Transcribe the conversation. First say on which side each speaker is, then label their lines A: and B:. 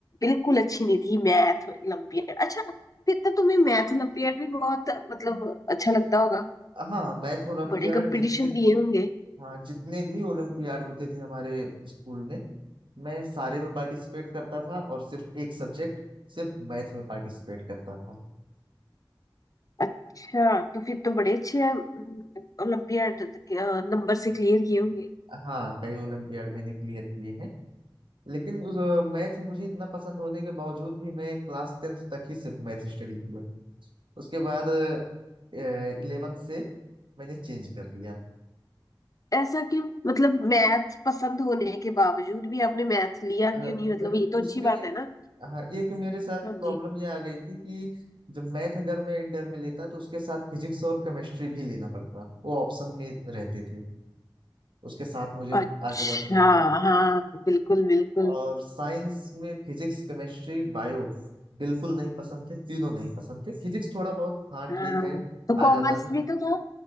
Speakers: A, on the left (about 45°); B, on the right (about 70°).
A: बिल्कुल अच्छी नहीं थी मैथ ओलम्पियड अच्छा फिर तो तुम्हें मैथ ओलम्पियड भी बहुत मतलब अच्छा लगता होगा
B: हाँ मैथ ओलंपियाड
A: बड़े कंपटीशन
B: जितने
A: दिए होंगे
B: हाँ जितने भी ओलंपियाड होते थे हमारे स्कूल में मैं सारे में पार्टिसिपेट करता था और सिर्फ एक सब्जेक्ट सिर्फ मैथ में पार्टिसिपेट करता था
A: अच्छा तो फिर तो बड़े अच्छे हैं ओलंपियाड नंबर से क्लियर किए होंगे
B: हाँ कई ओलंपियाड मैंने क्लियर किए हैं लेकिन उस मैथ मुझे इतना पसंद होने के बावजूद भी मैं क्लास टेंथ तक ही सिर्फ मैथ स्टडी किया उसके बाद इलेवेंथ से मैंने चेंज कर दिया
A: ऐसा क्यों मतलब मैथ पसंद होने के बावजूद भी आपने मैथ लिया
B: अ,
A: क्यों नहीं
B: मैं
A: मतलब ये तो
B: उसमें
A: अच्छी बात है ना
B: हाँ एक मेरे साथ
A: हाँ
B: प्रॉब्लम
A: जी
B: ये आ गई थी कि जब मैथ अगर मैं इंटर में लेता तो उसके साथ फिजिक्स और केमिस्ट्री भी लेना पड़ता वो ऑप्शन में रहते थे उसके साथ मुझे
A: अच्छा
B: आगे बढ़ना था
A: हाँ बिल्कुल बिल्कुल
B: और साइंस में फिजिक्स केमिस्ट्री बायो बिल्कुल नहीं पसंद थे तीनों नहीं पसंद थे फिजिक्स थोड़ा बहुत हाँ
A: हाँ
B: ठीक है
A: तो
B: आ
A: कॉमर्स
B: जाता था
A: भी तो था